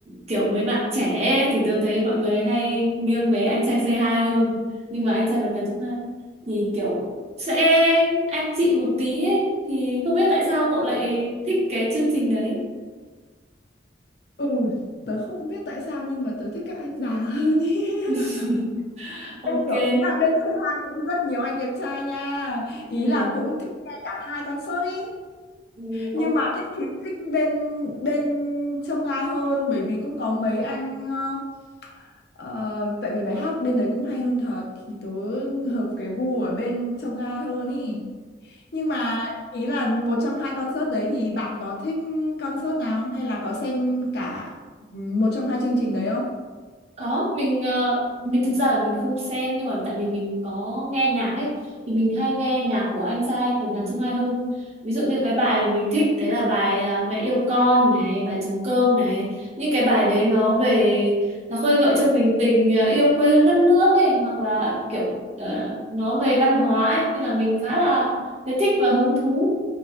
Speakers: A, on the right; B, on the left.
A: kiểu mấy bạn trẻ ấy, thì tôi thấy mọi người hay nghiêng về anh trai Say Hi hơn. Nhưng mà anh trai vượt ngàn chông gai thì kiểu sẽ anh chị một tí ấy, thì không biết tại sao cậu lại thích cái chương trình đấy.
B: Ừ, tớ không biết tại sao nhưng mà tớ thích các anh già hơn ý. <laughs>
A: <laughs> Ok,
B: Ê, kiểu ý là bên Sơn Hai cũng rất nhiều anh đẹp trai nha ý
A: ừ.
B: là cũng thích nghe cả hai concert ý
A: ừ,
B: nhưng
A: ok.
B: mà thích thì thích bên bên trông gai hơn bởi vì cũng có mấy anh ờ, ờ, tại vì bài hát bên đấy cũng hay hơn thật thì tớ hợp cái gu ở bên trông gai hơn ý nhưng mà ý là một trong hai concert đấy thì bạn có thích concert nào không hay là có xem cả một trong hai chương trình đấy không
A: có mình ờ, mình thực ra là mình không xem nhưng mà tại vì mình có nghe nhạc ấy thì mình hay nghe nhạc của anh trai Vượt Ngàn Chông Gai hơn ví dụ như cái bài mà mình thích đấy là bài à, Mẹ yêu con này bài trống cơm này những cái bài đấy nó về nó khơi gợi cho mình tình à, yêu quê hương đất nước ấy hoặc là kiểu ờ, nó về văn hóa ấy. nên là mình khá là thấy thích và hứng thú